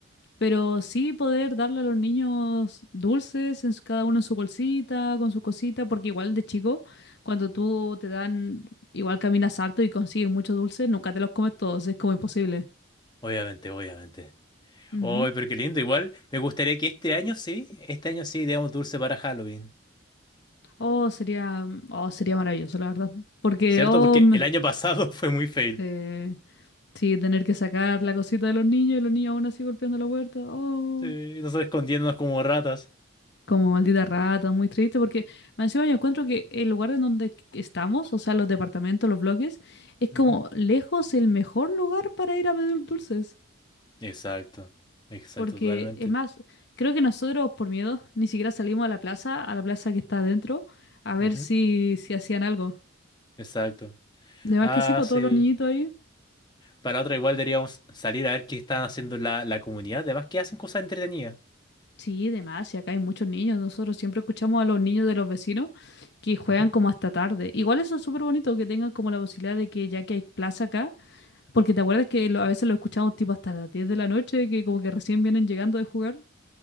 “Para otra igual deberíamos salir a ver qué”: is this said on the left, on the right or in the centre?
Left